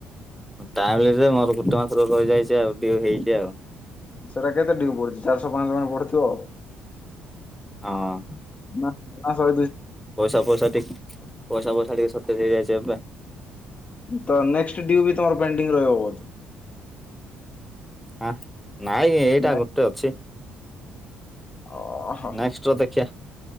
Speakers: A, in the centre; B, on the left.
A: ଟାଇ ମୋର ଗୋଟେ ମାସରୁ ରହିଯାଇଛି ଆଉ ହେଇଛି ଆଉ
B: ସେଟା କେତେ ଡିଉ ପଢିଛି ଚାରିଶହ ପାଞ୍ଚ ଜଣ ପଢୁଥିବ ଆଉ।
A: ହଁ
B: ନା ଆସ
A: ପଇସା ପଇସା ଟିକ ପଇସା ପଇସା କି ସତରେ ହେଇଯିବା ପାଇଁ
B: ତ ନେକ୍ସଟ ଡିୁ ବି ତର ପେଡିଙ୍ଗ ରିବ ବତ
A: ହ। ନାଇଁ ଏଇଟା
B: ନେ
A: ଗୋଟେ ଅଛି।
B: ଓହୋ
A: ନେକ୍ସଟ ଅ ଦେଖିଆ।